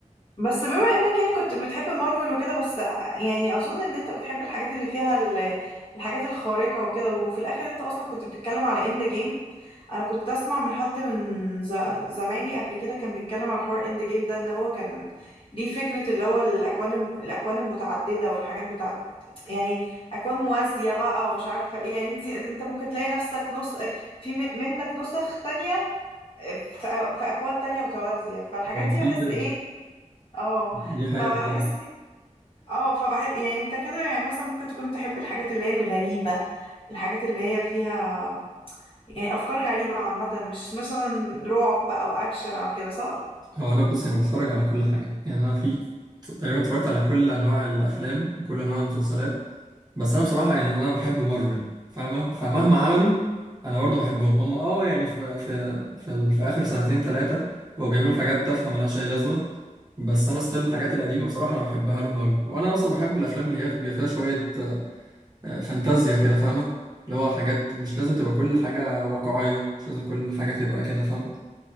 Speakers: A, on the left; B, on the right.
A: بس بما انك يعني كنت بتحب مارفل وكده بس يعني اظن ان انت بتحب الحاجات اللي فيها ال- الحاجات الخارقة وكده وفي الاخر انت اصلا كنت بتتكلم على اند جيم انا كنت اسمع من حد من ز- زمايلي قبل كده كان بيتكلم على حوار اند جيم ده ان هو كان ليه فكرة اللي هو الاكوان الم- الاكوان المتعددة والحاجات بتاعت يعني اكوان موازية بقى ومش عارفة ايه يعني انت انت ممكن تلاقي نفسك نص في من- منك نسخ تانية في في اكوان تانية متوازية فالحاجات
B: هو في
A: دي بحس
B: كده
A: ايه اه
B: دي حقيقة
A: فبحس
B: فعلا
A: اه فبحس يعني انت كده يعني مثلا ممكن تكون تحب الحاجات اللي هي الغريبة الحاجات اللي هي فيها يعني أفكار غريبة عامة مش مثلا رعب أو أكشن أو كده صح؟
B: هو انا بص انا بتفرج على كل حاجة يعني انا في تقريبا اتفرجت على كل انواع الافلام وكل انواع المسلسلات بس انا بصراحه يعني انا بحب مارفل فاهمه فمهما عملوا انا برضو بحبهم هم اه يعني في في في, ال- في اخر سنتين ثلاثه بقوا بيعملوا حاجات تافهه ملهاش اي لازمه بس انا ستيل الحاجات القديمه بصراحه انا بحبها لهم قوي وانا اصلا بحب الافلام اللي هي بيبقى فيها شويه آه، فانتازيا كده فاهمه اللي هو حاجات مش لازم تبقى كل حاجه واقعيه مش لازم كل حاجه تبقى كده فاهمه